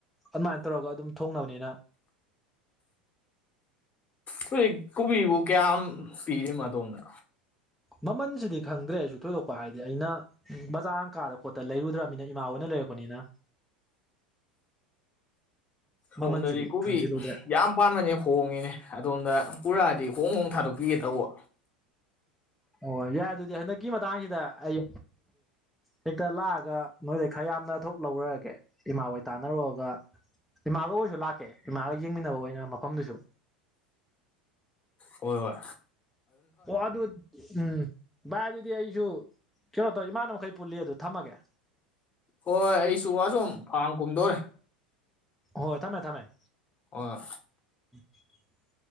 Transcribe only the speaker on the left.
ꯍꯧꯖꯤꯛ ꯀꯣꯕꯤꯕꯨ ꯀꯌꯥꯝ ꯄꯤꯔꯤ ꯑꯗꯣꯝꯗ
ꯁꯣꯝꯗꯗꯤ
ꯀꯣꯕꯤ
ꯌꯥꯝ ꯄꯥꯟꯕꯅꯦ ꯍꯣꯡꯉꯤꯅꯦ ꯑꯗꯣꯝꯗ ꯄꯨꯔꯛꯑꯗꯤ ꯈꯣꯡ ꯍꯣꯡ ꯊꯥꯗꯣꯛꯄꯤꯒꯦ ꯇꯧꯕ
ꯍꯣꯢ ꯍꯣꯢ
ꯍꯣꯏ ꯑꯩꯁꯨ ꯋꯥꯁꯨꯝ ꯐꯥꯝ ꯀꯨꯝꯗꯣꯔꯦ
ꯑꯣ